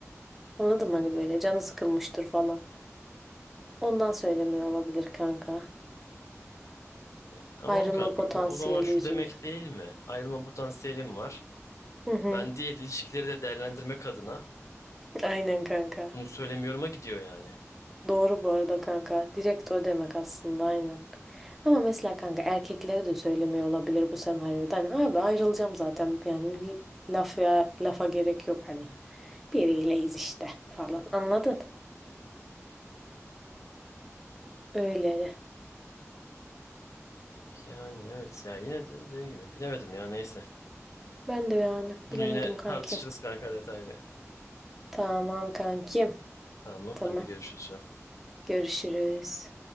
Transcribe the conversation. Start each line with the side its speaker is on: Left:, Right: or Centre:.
Centre: Anladın mı? Hani böyle canı sıkılmıştır falan. Ondan söylemiyor olabilir kanka.
Left: E, tamam
Centre: Ayrılma
Left: kanka.
Centre: potansiyeli
Left: Bu o zaman şu
Centre: yüzünden.
Left: demek değil mi? Ayrılma potansiyelim var.
Centre: Hı hı.
Left: Ben diğer ilişkileri de değerlendirmek adına
Centre: Aynen kanka.
Left: bunu söylemiyorum'a gidiyor yani.
Centre: Doğru bu arada kanka. Direkt o demek aslında aynen. Ama mesela kanka erkeklere de söylemiyor olabilir bu senaryoda. Hani abi ayrılacağım zaten. Yani l- laf ya, lafa gerek yok hani. Biriyleyiz işte falan. Anladın? Öyle.
Left: Yani evet ya yine de dediğim gibi bilemedim ya neyse.
Centre: Ben de yani
Left: Bunu
Centre: bilemedim
Left: yine
Centre: kankim.
Left: tartışırız kanka detaylı.
Centre: Tamam kankim.
Left: Tamam
Centre: Tamam.
Left: hadi görüşürüz.
Centre: Görüşürüz.